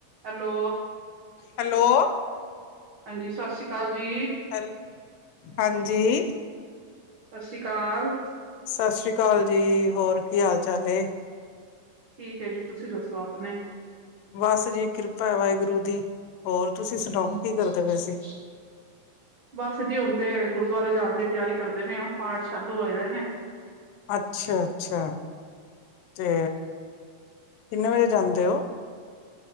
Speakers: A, on the right (about 85°); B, on the left (about 80°).
A: Hello,
B: hello,
A: ਹਾਂਜੀ ਸਤਿ ਸ਼੍ਰੀ ਅਕਾਲ ਜੀ।
B: ਹੈਲ ਹਾਂਜੀ,
A: ਸਤਿ ਸ਼੍ਰੀ ਅਕਾਲ,
B: ਸਤਿ ਸ੍ਰੀ ਅਕਾਲ ਜੀ ਹੋਰ, ਕੀ ਹਾਲ ਚਾਲ ਐ?
A: ਠੀਕ ਹੈ ਜੀ ਤੁਸੀਂ ਦੱਸੋ ਆਪਣੇ
B: ਬਸ ਜੀ ਕਿਰਪਾ ਵਾਹਿਗੁਰੂ ਦੀ
A: <inaudible>
B: ਹੋਰ ਤੁਸੀਂ ਸੁਣਾਓ ਕੀ ਕਰਦੇ ਪਏ ਸੀ
A: ਬਸ ਜੀ ਹੁਣ ਤੇ ਗੁਰਦੁਆਰੇ ਜਾਣ ਦੀ ਤਿਆਰੀ ਕਰਦੇ ਪਏ ਆ ਪਾਠ ਚਾਲੂ ਹੋਏ ਦੇ ਨੇ
B: ਅੱਛਾ ਅੱਛਾ ਤੇ ਕਿੰਨੇ ਵਜੇ ਜਾਂਦੇ ਹੋ